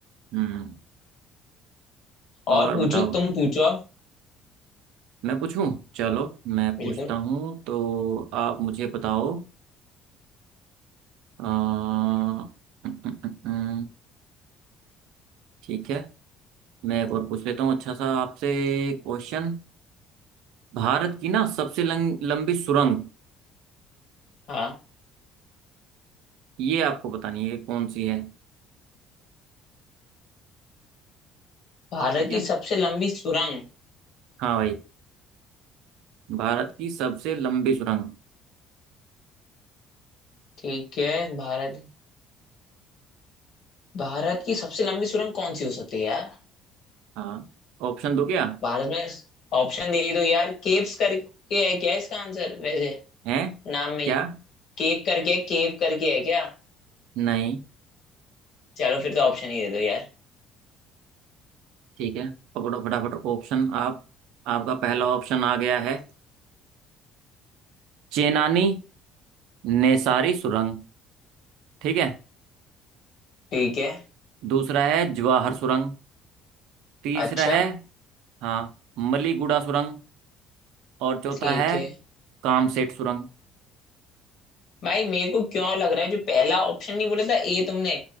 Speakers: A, on the right; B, on the left.
A: हम्म और
B: और पूछो
A: बताओ
B: तुम पूछो अब
A: मैं पूछूं चलो मैं
B: बिल्कुल
A: पूछता हूँ तो आप मुझे बताओ अ, अम, अम, अम, अम, ठीक है मैं एक और पूछ लेता हूँ अच्छा सा आपसे क्वेश्चन भारत की ना सबसे लंग, लंबी सुरंग
B: हाँ
A: ये आपको बतानी है कि कौन सी है
B: भारत
A: ठीक
B: की
A: है
B: सबसे लंबी सुरंग
A: हाँ भाई भारत की सबसे लंबी सुरंग
B: ठीक है भारत भारत की सबसे लंबी सुरंग कौन सी हो सकती है यार
A: हाँ ऑप्शन दो क्या
B: भारत में ऑप्शन दे दो यार केव्स करके है क्या इसका आंसर वैसे
A: है
B: नाम में ही
A: क्या
B: केव करके है केव करके है क्या
A: नहीं
B: चलो फिर तो ऑप्शन ही दे दो यार
A: ठीक है पकड़ो फटाफट ऑप्शन आप आपका पहला ऑप्शन आ गया है चेनानी नेसारी सुरंग ठीक है
B: ठीक है
A: दूसरा है जवाहर सुरंग तीसरा
B: अच्छा
A: है हाँ मलीगुड़ा सुरंग और चौथा
B: ठीक
A: है
B: है
A: कामसेट सुरंग
B: भाई मेरे को क्यों लग रहा है जो पहला ऑप्शन नहीं बोला था ए तुमने